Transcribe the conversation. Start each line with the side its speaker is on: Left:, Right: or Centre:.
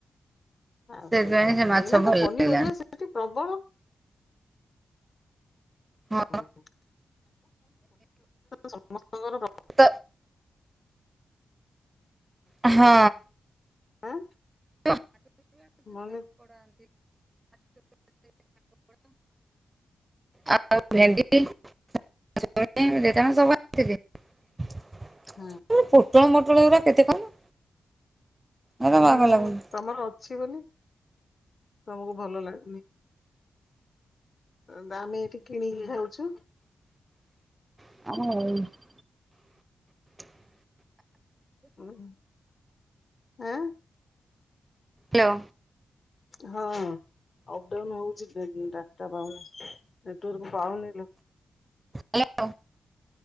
Left: ଆଉ
Right: ସେଥିପାଇଁ
Left: ସେଇତ
Right: ସେ ମାଛ
Left: ଏଇନା
Right: ଭଲ
Left: ତ ପନିପରିବା
Right: ଲାଗିଲାନି।
Left: ସେଠି ପ୍ରବଳ
Right: ହଁ
Left: <unintelligible> ସମସ୍ତଙ୍କର
Right: ତ ଆ ହଁ।
Left: ଆଁ?
Right: <unintelligible> <unintelligible>
Left: ମନେ
Right: ଆଉ
Left: ହଁ
Right: ଭେଣ୍ଡି <unintelligible>
Left: ହଁ।
Right: ଏଇ ପୋଟଳ ମୋଟଳ ଗୁରା କେତେ କଣ ହେରା
Left: ହୁଁ
Right: ବାଗଲାଗୁନି।
Left: ତମର ଅଛି ବଲି ତମକୁ ଭଲ ଲାଗୁନି। ଏ ଦାମେ ଏଇଠି କିଣିକି ଖାଉଛୁ
Right: <unintelligible>
Left: ଉଁ ହୁଁ ଆଁ।
Right: ହାଲୋ।
Left: ହଁ। ଅପ ଡାଉନ ହଉଛି <unintelligible> ଡାଟା ପାଉନି। ନେଟୱର୍କ ପାଉନିଲ।
Right: ହ୍ୟାଲୋ!